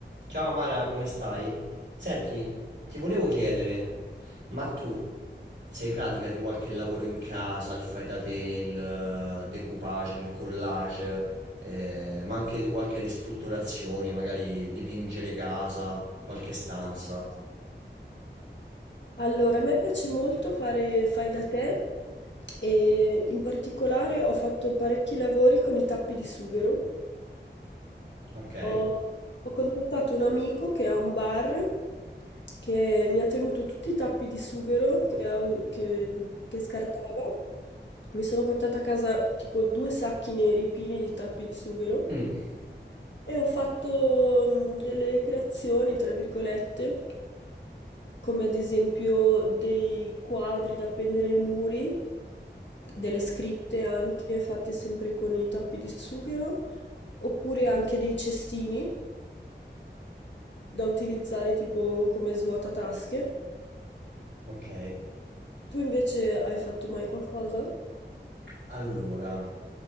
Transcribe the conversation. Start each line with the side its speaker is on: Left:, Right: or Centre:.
Right: Ciao Mara, come stai? Senti, ti volevo chiedere, ma tu sei pratica di qualche lavoro in casa, il fai da te, il eh, decoupage, il collage, eh, ma anche di qualche ristrutturazione, magari dipingere casa, qualche stanza,
Left: Allora, a me piace molto fare fai da te e in particolare ho fatto parecchi lavori con i tappi di sughero.
Right: ok?
Left: Ho, ho contattato un amico che ha un bar che mi ha tenuto tutti i tappi di sughero che, av- che- che scartava. Mi sono portata a casa tipo due sacchi neri pieni di tappi di sughero
Right: Mm.
Left: e ho fatto mm, delle creazioni, tra virgolette, come ad esempio dei quadri da appendere ai muri, delle scritte anche fatte sempre con i tappi di sughero, oppure anche dei cestini da utilizzare tipo come svuotatasche.
Right: Ok.
Left: Tu invece hai fatto mai qualcosa?
Right: Allora,